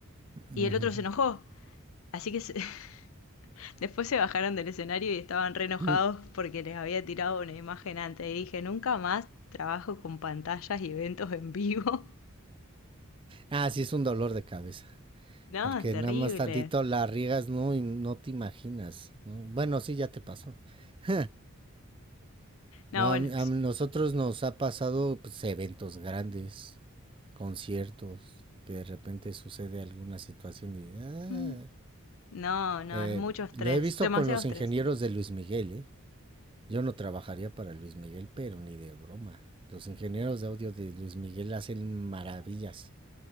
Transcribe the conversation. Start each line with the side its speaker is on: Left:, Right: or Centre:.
Left: Y
Right: Ujú.
Left: el otro se enojó. Así que se- <laughs> después se bajaron del escenario y estaban re enojados
Right: Mm.
Left: porque les había tirado una imagen antes. Y dije, nunca más trabajo con pantallas y eventos en vivo. <laughs>
Right: Ah, sí, es un dolor de cabeza.
Left: No,
Right: Porque
Left: es
Right: nada
Left: terrible.
Right: más tantito la riegas, no, y no te imaginas. ¿no? Bueno, sí, ya te pasó. <laughs>
Left: No,
Right: No,
Left: bueno.
Right: a, mí- a
Left: s-
Right: nosotros nos ha pasado pues, eventos grandes, conciertos, que de repente sucede alguna situación y... ah.
Left: mm, No, no,
Right: Eh,
Left: es mucho estrés.
Right: lo he visto
Left: Demasiado
Right: con los
Left: estrés.
Right: ingenieros de Luis Miguel, ¿eh? Yo no trabajaría para Luis Miguel, pero ni de broma. Los ingenieros de audio de Luis Miguel hacen maravillas.